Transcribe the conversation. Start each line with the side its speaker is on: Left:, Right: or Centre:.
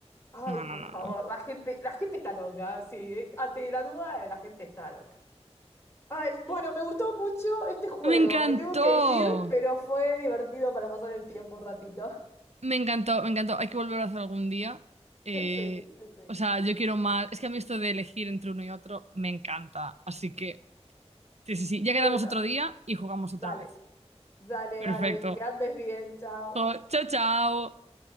Left: Ay,
Right: No,
Left: por
Right: no, no,
Left: favor,
Right: no.
Left: la gente, la gente está loca, sí, eh, ante la duda, eh, la gente está loca. Ay, bueno, me gustó mucho este juego.
Right: Me encantó.
Left: Me tengo que ir, pero fue divertido para pasar el tiempo un ratito. <laughs>
Right: Me encantó, me encantó. Hay que volver a hacer algún día. Eh,
Left: Sí, sí, sí.
Right: o sea, yo quiero más. Es que a mí esto de elegir entre uno y otro me encanta. Así que, sí, sí, sí. Ya quedamos
Left: Bueno,
Right: otro día y jugamos otra
Left: dale,
Right: vez.
Left: dale,
Right: Perfecto.
Left: dale. Que andes bien, chao.
Right: Jo, chao, chao.